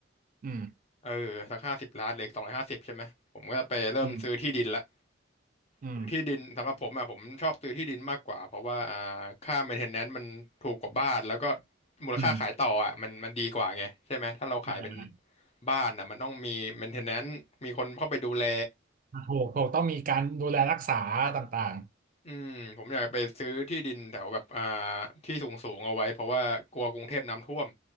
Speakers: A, on the right; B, on the left.
A: อืม
B: เออสักห้าสิบล้านเหลือสองร้อยห้าสิบใช่ไหมผมก็จะไปเริ่มซื้อที่ดินละ
A: อืมอืม
B: ซื้อที่ดินสำหรับผมอ่ะผมชอบซื้อที่ดินมากกว่าเพราะว่าอ่าค่า maintenance มันถูกกว่าบ้านแล้วก็มูลค่าขายต่ออ่ะมันมันดีกว่าไงใช่ไหมถ้าเราขายเป็น
A: อืมไม่เป็นไร
B: บ้านอ่ะมันต้องมี maintenance มีคนเข้าไปดูแล
A: ถูกถูกต้องมีการดูแลรักษาต่าง
B: อืมผมอยากไปซื้อที่ดินแถวแบบอ่าที่สูงสูงเอาไว้เพราะว่ากลัวกรุงเทพน้ำท่วม